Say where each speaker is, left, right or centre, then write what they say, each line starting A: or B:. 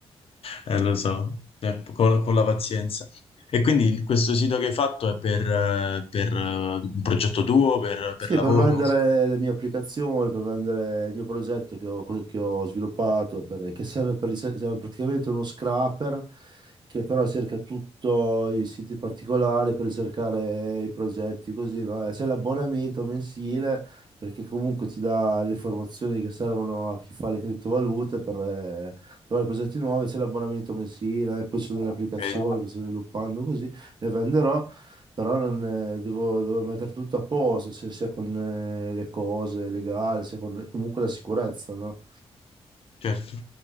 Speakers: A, on the left (about 60°); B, on the right (about 45°).
A: Eh, lo so, Eh, con, con la pazienza. E quindi questo sito che hai fatto è per, eh, per, eh, un progetto tuo, per, per
B: Sì,
A: lavoro?
B: per vendere le mie applicazioni, per vendere il mio progetto che ho, che ho sviluppato, per- che serve, per, serve praticamente uno scraper che però cerca tutti i siti particolari per ricercare i progetti, così, no? E C'è l'abbonamento mensile perché comunque ti dà le informazioni che servono a chi fa le criptovalute per eh, trovare progetti nuovi, c'è l'abbonamento mensile, e poi ci sono delle applicazioni
A: Ok.
B: che sto sviluppando, così le venderò. Però non, eh, devo, devo mettere tutto a posto, se sia con eh, le cose legali, sia con comunque la sicurezza, no?
A: Certo.